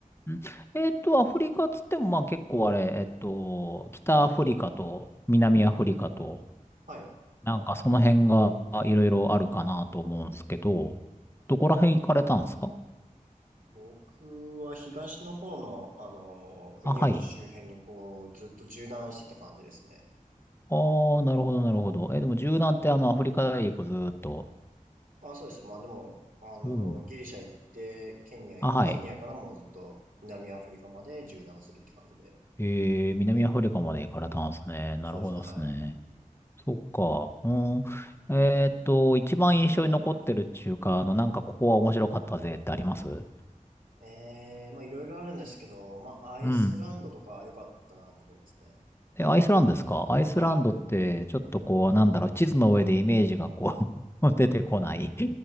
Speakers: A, on the left; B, on the right.
A: んえっと、アフリカっつっても、まあ結構あれ、えっと、北アフリカと南アフリカと、
B: はい。
A: なんかその辺がいろいろあるかなと思うんですけど、どこら辺行かれたんですか
B: 僕は東の方の、あの、国を周辺にこう、
A: あ、はい。
B: ずっと縦断してた感じですね。
A: ああ、なるほど、なるほど。え、でも柔軟ってあの、アフリカ大陸ずーっと。
B: あ、そうです。まあでも、あの、
A: うん。
B: ギリシャ行って、ケニア行って、
A: あ、はい。
B: ケニアからもうずっと南アフリカまで縦断するって感じで。
A: えー、南アフリカまで行かれたんですね。なるほどですね。
B: そうですね。はい。
A: そっか。うん。えーっと、一番印象に残ってるっていうか、あの、なんかここは面白かったぜってあります
B: ええまあいろいろあるんですけど、まあアイスランドとか良かったなと思いますね。
A: うん。え、アイスランドですかアイスランドって、
B: はい。
A: ちょっとこう、なんだろう、地図の上でイメージがこう <laughs> 出てこない